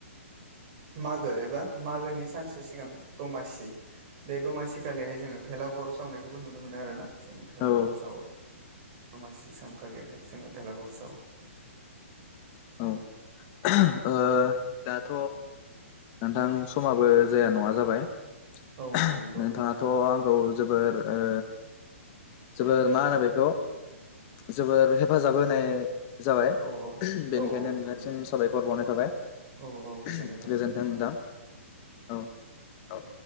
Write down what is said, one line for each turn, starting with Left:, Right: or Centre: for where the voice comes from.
Left: <inaudible>
Right: मागो एबा मागोनि सानसे सिगां दमासि बे दमासि खालिहाय जोङो। भेलाघर सावनायखौबो नुनो मोनो आरोना जों भेलाघर
Left: औ
Right: सावो। दमासि सानखालिहाय जोङो बेलाघर सावो।
Left: औ <unintelligible> ओ
Right: औ
Left: दाथ नोंथां
Right: औ
Left: समाबो जाया नङा जाबाय
Right: औ
Left: <unintelligible>
Right: औ नंगौ
Left: नोंथाङाथ आंखौ जोबोर ओ जोबोर
Right: औ
Left: मा होनो बेखौ जोबोर हेफाजाब होनाय। जाबाय
Right: औ औ
Left: उम बेनिखायनो
Right: औ औ नंगौ
Left: नोंथां
Right: नंगौ
Left: सिम साबायखर बावनाय थाबाय।
Right: औ औ गोजोननाय
Left: उम
Right: थाबाय
Left: गोजोन्थों नोंथां औ औ।